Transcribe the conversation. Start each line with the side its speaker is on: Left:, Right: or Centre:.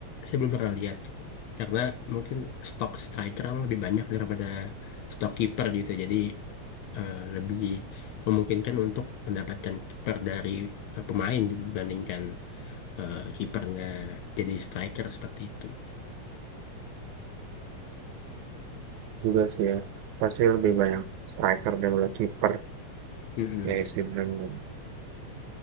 Left: saya belum pernah lihat gitu. Karena mungkin stok striker kan lebih banyak daripada stok kiper gitu. Jadi eh, lebih memungkinkan untuk mendapatkan kiper dari eh, pemain gitu dibandingkan eh, kipernya jadi striker seperti itu.
Right: Juga sih ya, pasti lebih banyak striker daripada kiper.
Left: Mm-mm.
Right: Ya sih benar